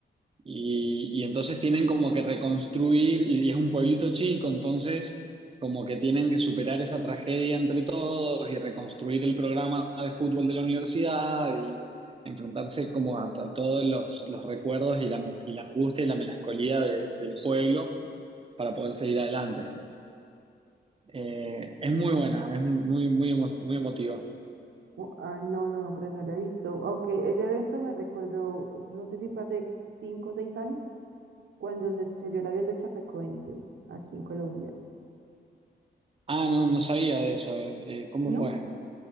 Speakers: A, on the right; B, on the right.
A: Y, y entonces tienen como que reconstruir, y es un pueblito chico, entonces como que tienen que superar esa tragedia entre todos y reconstruir el programa de fútbol de la universidad y enfrentarse como a, a todos los, los recuerdos y la, y la angustia y la melancolía de- del pueblo para poder seguir adelante. Eh, es muy buena, es muy, muy, emo- muy emotiva.
B: Oh, ah, no, no, no, pero no la he visto. Aunque ese evento me recordó, no sé si fue hace cinco o seis años, cuando se estrelló el avión del Chapecoense aquí en Colombia.
A: Ah, no, no sabía de eso. eh, eh, ¿cómo
B: No,
A: fue?